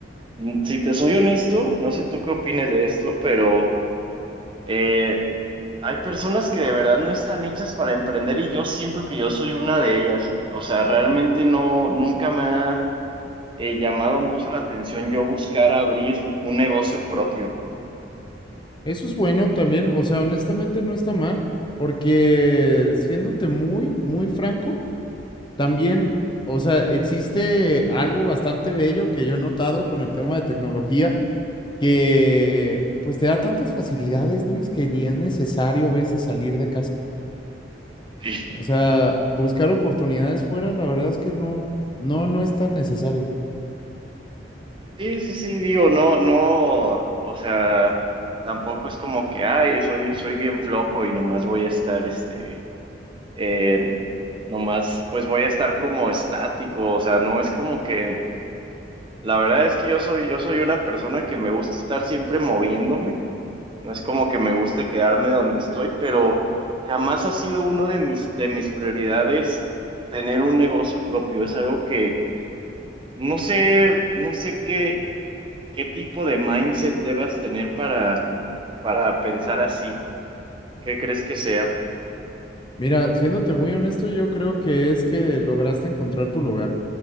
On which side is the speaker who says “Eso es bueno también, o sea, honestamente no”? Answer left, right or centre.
Left